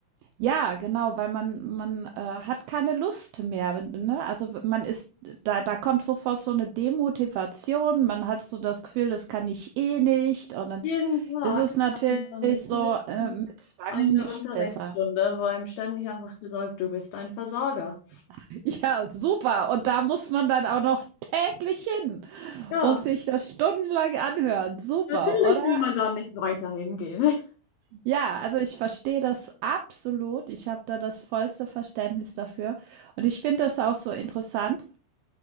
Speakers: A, on the right; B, on the left.
A: Ja, genau, weil man man äh, hat keine Lust mehr, wenn- ne? Also man ist da da kommt sofort so eine Demotivation, man hat so das Gefühl, das kann ich eh nicht und dann
B: Jeden Tag
A: ist es natürlich
B: hat man dann
A: so
B: mindestens
A: äh, mit Zwang
B: eine
A: nicht
B: Unterrichtsstunde,
A: besser.
B: wo einem ständig einfach gesagt, du bist ein Versager.
A: <laughs> Ja, super und da muss man dann auch noch täglich hin
B: Ja,
A: und sich das stundenlang anhören. Super,
B: natürlich
A: oder?
B: will man da nicht weiter hingehen. <laughs>
A: Ja, also ich verstehe das absolut. Ich habe da das vollste Verständnis dafür und ich finde das auch so interessant